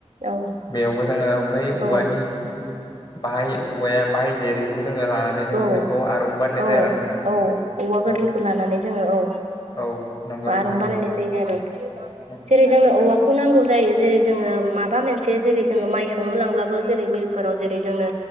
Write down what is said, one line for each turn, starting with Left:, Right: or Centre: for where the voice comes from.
Right: औ
Left: बेयावबो जोङो बै औवानि
Right: औ
Left: बाहाय औवाया बाय देरिखौ जोङो लानानै जोङो
Right: औ
Left: बेखौ आरं बानायनाय
Right: औ
Left: जायो आरो नोंथां
Right: औ औवा गोरलैखौ
Left: औ।
Right: लानानै जोङो औ
Left: औ नंगौ नोंथां
Right: आरं
Left: नंगौ
Right: बानायनाय जायो आरो
Left: नंगौ
Right: जेरै जोंनो औवाख खौ नांगौ जायो जेरै जोङो माबा मोनसे जेरै जोङो माइ सौनो लांब्लाबो जेरै मिलफोराव जेरै जोंनो